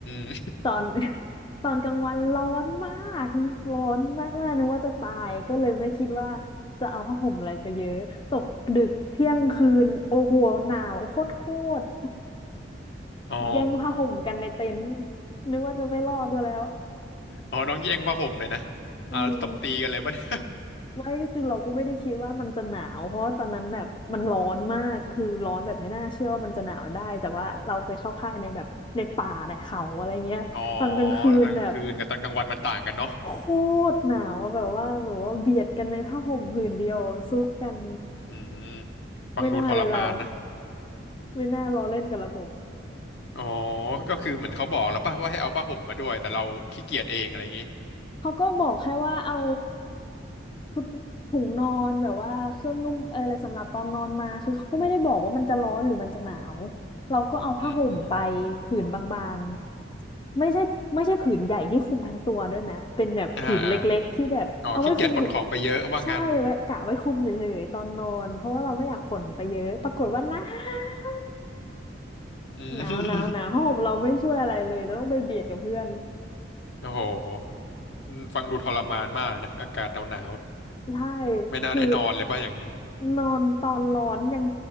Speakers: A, on the left (about 70°); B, on the left (about 25°).
A: ม
B: ตอน <laughs> ตอนกลางวันร้อนมากร้อนมากมากนึกว่าจะตายก็เลยไม่คิดว่าจะเอาผ้าห่มอะไรไปเยอะตกดึกเที่ยงคืนโอ้โหหนาวโคตรโคตร
A: อ๋อ
B: แย่งผ้าห่มกันในเต็นท์นึกว่าจะไม่รอดซะแล้ว
A: อ๋อน้องแย่งผ้าห่มเลยนะ
B: อืม
A: อ่าแล้วตบตีกันเลยป่ะเนี่ย
B: ไม่คือเราก็ไม่ได้คิดว่ามันจะหนาวเพราะว่าตอนนั้นแบบมันร้อนมากคือร้อนแบบไม่น่าเชื่อว่ามันจะหนาวได้แต่ว่าเราไปเข้าค่ายในแบบในป่าในเขาอะไรเงี้ยตอนกลางคืนแบบ
A: อ๋อตอนกลางคืนกับตอนกลางวันมันต่างกันเนาะ
B: โคตรหนาวแบบว่าแบบว่าเบียดกันในผ้าห่มผืนเดียวซุกกัน
A: อืมฟังดูทรมานนะ
B: ไม่น่าเลยเราไม่น่าล้อเล่นกับระบบ
A: อ๋อก็คือเหมือนเขาบอกแล้วป่ะว่าให้เอาผ้าห่มมาด้วยแต่เราขี้เกียจเองอะไรอย่างงี้
B: เขาก็บอกแค่ว่าเอาถุถุงนอนแบบว่าเครื่องนุ่มเอออะไรสำหรับตอนนอนมาคือเขาก็ไม่ได้บอกว่ามันจะร้อนหรือมันจะหนาวเราก็เอาผ้าห่มไป
A: อืม
B: ผืนบางๆไม่ใช่ไม่ใช่ผืนใหญ่ที่คลุมทั้งตัวด้วยนะเป็นแบบผืนเล็กๆที่แบบเอาไว้คลุมเฉย
A: อ่าอาอ๋อขี้เกียจขนของไปเยอะว่างั้น
B: ใช่ไว้กะไว้คลุมเฉยๆตอนนอนเพราะว่าเราไม่อยากขนไปเยอะปรากฏว่าหนาว
A: อืม
B: หนาวหนาวหนาวผ้าห่มเราไม่ช่วยอะไรเลยเราต้องไปเบียดกับเพื่อน
A: โอ้โหอฟังดูทรมานมากนะอากาศหนาว
B: ใช่
A: ๆไม่น่าได้นอนเลยป่ะอย่างนี้
B: คือ นอนตอนร้อนยัง